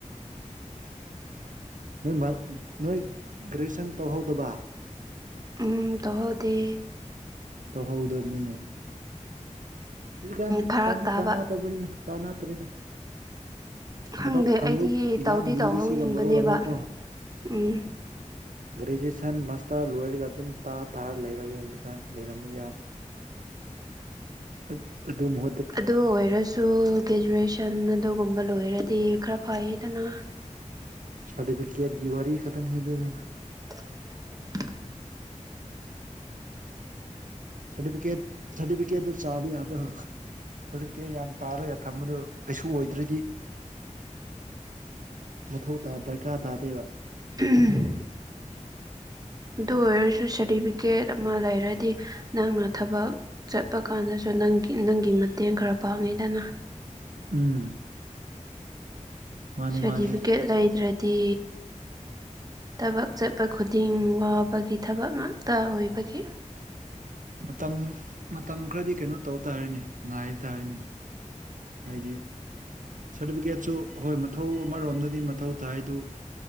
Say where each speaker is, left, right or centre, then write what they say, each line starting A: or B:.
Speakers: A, on the right; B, on the right.
A: ꯅꯣꯏ ꯃꯥ ꯅꯣꯏ ꯒ꯭ꯔꯦꯖꯁꯟ ꯇꯧꯍꯧꯗꯕ
B: ꯎꯝ ꯇꯍꯧꯗꯦ꯫
A: ꯇꯧꯍꯧꯗꯕꯅꯤꯅꯦ꯫ ꯍꯧꯖꯤꯛ
B: ꯐꯔꯛ
A: ꯀꯥꯟꯗꯤ
B: ꯇꯥꯕ
A: ꯀꯥꯟꯅꯨꯗꯕꯅꯤꯅ ꯀꯟꯅꯗꯔꯦꯗ
B: ꯈꯪꯗꯦ
A: ꯊꯕꯛ ꯐꯪꯕ
B: ꯑꯩꯗꯤ
A: ꯌꯥꯝ
B: ꯇꯧꯗꯤ
A: ꯂꯨꯕꯁꯤꯒ
B: ꯇꯧꯍꯧꯅꯤꯡꯕꯅꯦꯕ
A: ꯃꯔꯣꯜ ꯑꯃ ꯀꯣ꯫
B: ꯎꯝ
A: ꯒ꯭ꯔꯦꯖꯨꯑꯦꯁꯟ ꯃꯥꯁꯇꯔ ꯂꯣꯏꯔꯒ ꯑꯗꯨꯝ ꯇꯥ ꯇꯥꯔ ꯂꯩꯔꯒꯦ ꯍꯧꯖꯤꯛꯀꯥꯟ ꯂꯩꯔꯝꯃꯤ ꯌꯥꯝ꯫ <unintelligible> ꯑꯗꯨꯃ
B: ꯑꯗꯨ ꯑꯣꯏꯔꯁꯨ ꯒ꯭ꯔꯦꯖꯨꯋꯦꯁꯟ ꯑꯗꯨꯒꯨꯝꯕ ꯂꯣꯏꯔꯗꯤ ꯈꯔ ꯐꯩꯌꯦꯗꯅ
A: ꯁꯔꯇꯤꯐꯤꯀꯦꯠꯀꯤ ꯋꯥꯔꯤ ꯈꯇꯪꯅꯦ ꯍꯦꯗ ꯑꯗꯨ꯫
B: <unintelligible>
A: ꯁꯥꯇꯤꯐꯤꯀꯦꯠ ꯁꯥꯇꯤꯐꯤꯀꯦꯠꯗꯨ ꯆꯥꯕ ꯌꯥꯕꯔ꯫ ꯁꯥꯔꯇꯤꯐꯤꯀꯦꯠ ꯌꯥꯝ ꯇꯥꯜꯔꯒ ꯊꯝꯕꯗꯨ ꯀꯩꯁꯨ ꯑꯣꯏꯗ꯭ꯔꯗꯤ ꯃꯊꯧ ꯇꯥꯏ ꯗꯔꯀꯥꯔ ꯇꯥꯗꯦꯕ
B: ꯎꯝ ꯑꯗꯨ ꯑꯣꯏꯔꯁꯨ ꯁꯥꯔꯇꯤꯐꯤꯀꯦꯠ ꯑꯃ ꯂꯩꯔꯗꯤ ꯅꯪꯅ ꯊꯕꯛ ꯆꯠꯄ ꯀꯥꯟꯗꯁꯨ ꯅꯪꯒꯤ ꯅꯪꯒꯤ ꯃꯇꯦꯡ ꯈꯔ ꯄꯥꯡꯉꯤꯗꯅ꯫
A: ꯎꯝ ꯃꯥꯅꯦ
B: ꯁꯥꯔꯇꯤꯐꯤꯀꯦꯠ
A: ꯃꯥꯅꯦ
B: ꯂꯩꯗ꯭ꯔꯗꯤ꯫ ꯊꯕꯛ ꯆꯠꯄ ꯈꯨꯗꯤꯡ ꯋꯥꯕꯒꯤ ꯊꯕꯛ ꯉꯥꯛꯇ ꯑꯣꯏꯕꯒꯤ꯫
A: ꯃꯇꯝ ꯃꯇꯝ ꯈꯔꯗꯤ ꯀꯩꯅꯣ ꯇꯧ ꯇꯥꯔꯅꯦ ꯉꯥꯏ ꯇꯥꯔꯅꯦ ꯍꯥꯏꯗꯤ ꯁꯥꯔꯇꯤꯐꯤꯀꯦꯠꯁꯨ ꯍꯣꯏ ꯃꯊꯧ ꯑꯃꯔꯣꯝꯗꯗꯤ ꯃꯊꯧ ꯇꯥꯏꯗꯨ꯫